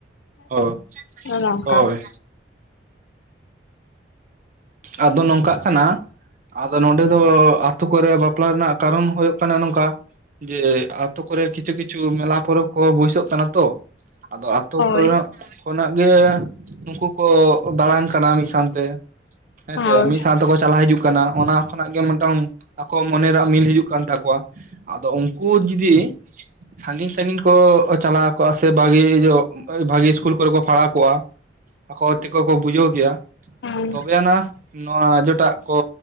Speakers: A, on the right; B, on the left.
A: <unintelligible>
B: ᱚᱱᱮ ᱚᱝᱠᱟ
A: ᱦᱳᱭ ᱟᱫᱚ ᱱᱚᱝᱠᱟᱜ ᱠᱟᱱᱟ ᱾ ᱟᱫᱚ ᱱᱚᱰᱮ ᱫᱚ ᱟᱛᱳ ᱠᱚᱨᱮ ᱵᱟᱯᱞᱟ ᱨᱮᱱᱟᱜ ᱠᱟᱨᱚᱱ ᱦᱩᱭᱩᱜ ᱠᱟᱱᱟ ᱱᱚᱝᱠᱟ ᱾ ᱡᱮ ᱟᱹᱛᱳ ᱠᱚᱨᱮ ᱠᱤᱪᱷᱩ ᱠᱤᱪᱷᱩ ᱢᱮᱞᱟ ᱯᱚᱨᱚᱵᱽ ᱠᱚ ᱵᱟᱹᱭᱥᱟᱹᱜ ᱠᱟᱱᱟ ᱛᱚ ᱾ ᱟᱫᱚ ᱟᱹᱛᱳ
B: ᱦᱳᱭ
A: ᱠᱷᱚ <unintelligible> ᱠᱷᱚᱱᱟᱜ ᱜᱮ ᱱᱩᱠᱩ ᱠᱚ ᱫᱟᱬᱟᱱ ᱠᱟᱱᱟ, ᱢᱤᱫ ᱥᱟᱶ ᱛᱮ ᱾ ᱦᱮᱸᱥᱮ
B: ᱦᱳᱭ
A: ᱢᱤᱫ ᱥᱟᱶ ᱛᱮᱠᱚ ᱪᱟᱞᱟᱣ ᱦᱤᱡᱩᱜ ᱠᱟᱱᱟ, ᱚᱱᱟ ᱠᱷᱚᱱᱟᱜ ᱜᱮ ᱢᱤᱫᱴᱟᱝ ᱟᱠᱚᱣᱟᱜ ᱢᱚᱱᱮ ᱨᱮᱭᱟᱜ ᱢᱤᱞ ᱦᱤᱡᱩᱜ ᱠᱟᱱ ᱛᱟᱠᱚᱣᱟ, ᱟᱫᱚ ᱩᱱᱠᱩ ᱡᱩᱫᱤ ᱥᱟᱺᱜᱤᱧ ᱥᱟᱺᱜᱤᱧ ᱠᱚ ᱪᱟᱞᱟᱣ ᱠᱚᱜᱼᱟ ᱥᱮ ᱵᱷᱟᱹᱜᱮ ᱧᱚᱜ ᱵᱷᱟᱜᱤ ᱤᱥᱠᱩᱞ ᱠᱚᱨᱮ ᱠᱚ ᱯᱟᱲᱦᱟᱣ ᱠᱚᱜᱼᱟ ᱾ ᱟᱠᱚ ᱛᱮᱠᱚ ᱠᱚ ᱵᱩᱡᱷᱟᱹᱣ ᱠᱮᱭᱟ
B: ᱦᱳᱭ
A: ᱛᱚᱵᱮ ᱟᱱᱟ, ᱱᱚᱣᱟ ᱡᱚᱴᱟᱜ ᱠᱚ